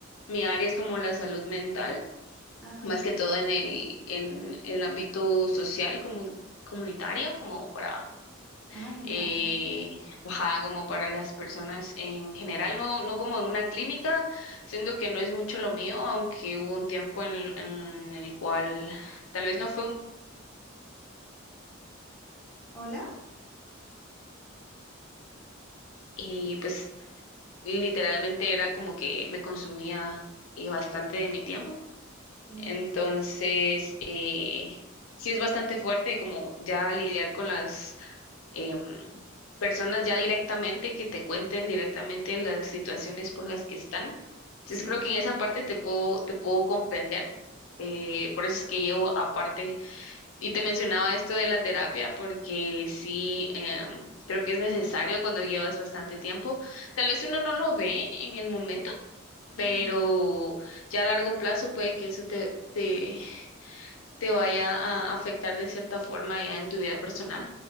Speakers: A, on the left; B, in the centre.
A: mi área es como la salud mental.
B: Ajá.
A: más que todo en el, en el ámbito social, comu- comunitario, como para,
B: Ay, me encanta.
A: eh, ajá, como para las personas en general, no, no como en una clínica, siendo que no es mucho lo mío, aunque hubo un tiempo en, el- en el cual tal vez no fue un,
B: ¿Hola?
A: y pues literalmente era como que me consumía eh, bastante de mi tiempo.
B: Mm,
A: Entonces, eh, sí es bastante fuerte como ya lidiar con las em, personas ya directamente que te cuenten directamente las situaciones por las que están. Entonces
B: sí.
A: creo que en esa parte te puedo, te puedo comprender. eh, por eso es que llevo aparte, y te mencionaba esto de la terapia, porque sí, em, creo que es necesario cuando llevas bastante tiempo. Tal vez uno no lo ve en el momento,
B: ujú,
A: pero ya a largo plazo puede que eso te, te, te vaya a afectar de cierta forma ya en tu vida personal.